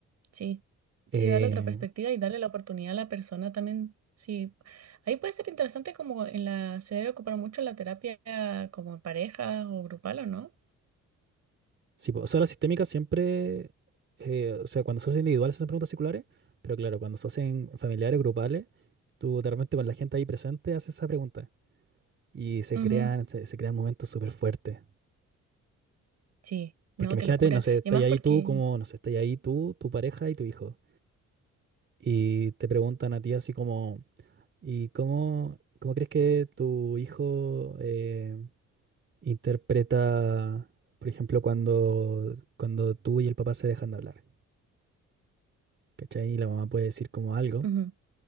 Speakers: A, on the right (about 60°); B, on the right (about 40°).
A: Sí,
B: Eh,
A: sí, darle otra perspectiva y darle la oportunidad a la persona también. Sí, ahí puede ser interesante como en la, se debe ocupar mucho en la terapia como en pareja o grupal o no.
B: sí, po, o sea, la sistémica siempre, eh, o sea, cuando se hace individual se hacen preguntas circulares, pero claro, cuando se hacen familiares, grupales, tú de repente con la gente ahí presente haces esa pregunta y se
A: Ujú,
B: crean, se, se crean momentos súper fuertes.
A: Sí, no,
B: Porque imagínate,
A: qué locura.
B: no sé, estás
A: Y además
B: ahí
A: porque,
B: tú, como, no sé, estás ahí tú, tu pareja y tu hijo. Y te preguntan a ti así como, ¿y cómo, cómo crees que tu hijo... eh, interpreta, por ejemplo, cuando, cuando tú y el papá se dejan de hablar, ¿cachai? Y la mamá puede decir como algo,
A: ujú,